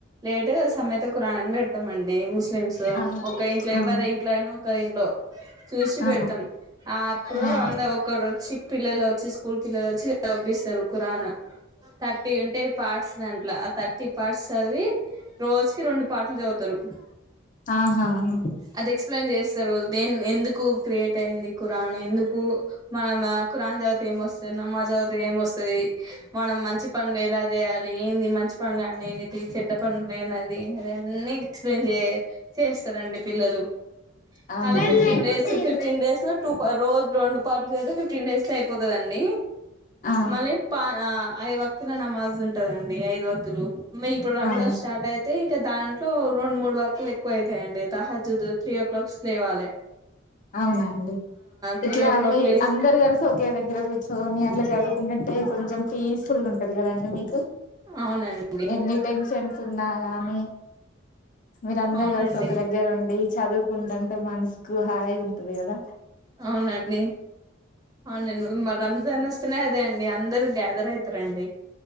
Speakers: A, on the right; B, on the left.
A: లేటు సమెత ఖరానాని పెడతాం అండి ముస్లిమ్స్
B: ఆ
A: ఒక ఇంట్లో
B: ఆ
A: ఎవరి ఇంట్లో అయినా ఒకరి ఇంట్లో చూసి
B: ఆహా
A: పెడతాం అప్పుడు
B: ఆ
A: అంద ఒకరు వచ్చి పిల్లలు వచ్చి స్కూల్ జల్ల ర చవి <unintelligible> ఖురాన్ థర్టీ ఉంటాయి పార్ట్స్ దాంట్లో ఆ థర్టీ పార్ట్స్ చదివి రోజుకి రెండు పాట్లు చదువుతారు
B: ఆహా ఆ
A: అది ఎక్స్ప్లెయిన్ చేస్తారు దేన్ ఎందుకు ఎక్కువ క్రియేట్ అయింది ఖురాను ఎందుకు మనం ఖరాన్ చదివితే ఏమొస్తది నమాజ్ చదివితే ఏమొస్తుంది మనం మంచి పనులు ఎలా చేయాలి ఏంది మంచి పనులు అండి చెడ్డ పనులు అది అన్నీ ఎక్స్ప్లెయిన్ చేయ చేస్తారండి పిల్లలు
B: ఆ అవును
A: అలా ఫిఫ్టీన్ డేస్ ఫిఫ్టీన్ డేస్ లో టూ రోజు రెండు పాట్లు కద ఫిఫ్టీన్ డేస్ లో అయిపోతందిండి
B: ఆ
A: మళ్ళీ పా ఐ వతుల నమాజ్ ఉంటదండి ఐదు వతులు మ ఇప్పుడు రంజాన్
B: అవునా
A: స్టార్ట్ అయితే కా దాంట్లో రెండు మూడు వర్తులు ఎక్కువ అవుతాయండి తహజుదు త్రీ ఓ క్లాక్ స్ లేవ్వాలి
B: అవునండి
A: త్రీ
B: ఇట్లా
A: ఓ క్లాక్
B: మీ
A: లేసి
B: అందరు కలిసి ఒకే దగ్గర కూర్చొని ఇట్లా చదువుకుంటంటే కొంచెం పీస్ఫుల్ గా ఉంటుది కదండి మీకు
A: అవునండి
B: ఎన్ని టెన్షన్స్ ఉన్నా గాని మీర అందరు
A: అవునండి
B: కలిసి ఒక దగ్గర ఉండి చదువుకుంటుంటే మనసుకు హాయి ఉంటది కదా
A: అవునండి అవునండి మా రంజాన్ వస్తే నే అదే అండి అందరు గ్యాదర్ అవుతారండి